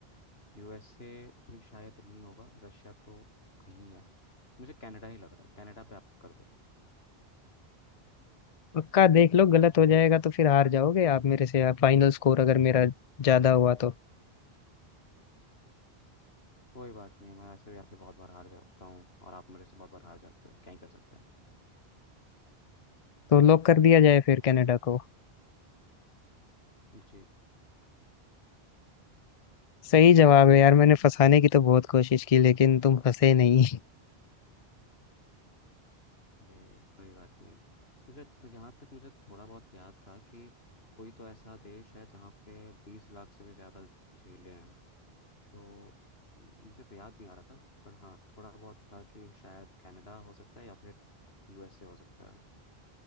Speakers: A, on the left (about 75°); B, on the left (about 50°).
A: यूएसए भी शायद नहीं होगा रशिया तो नहीं है मुझे कनाडा ही लग रहा है कनाडा पे आप कर दो
B: पक्का देख लो गलत हो जाएगा तो फिर हार जाओगे आप मेरे से फाइनल स्कोर अगर मेरा ज्यादा हुआ तो
A: कोई बात नहीं मैं वैसे भी आपसे बहुत बार हार जाता हूँ और आप मेरे से बहुत बार हार जाते हो क्या ही कर सकते हैं
B: तो लॉक कर दिया जाए फिर कनाडा को
A: जी
B: सही जवाब है यार मैंने फंसाने की तो बहुत कोशिश की लेकिन तुम फंसे नहीं
A: अरे कोई बात नहीं मुझे जहाँ तक मुझे थोड़ा बहुत याद था कि कोई तो ऐसा देश है जहाँ पे बीस लाख से भी ज़्यादा झीलें हैं तो मुझे तो याद नहीं आ रहा था पर हाँ थोड़ा बहुत था कि शायद कनाडा हो सकता है या फिर यूएसए हो सकता है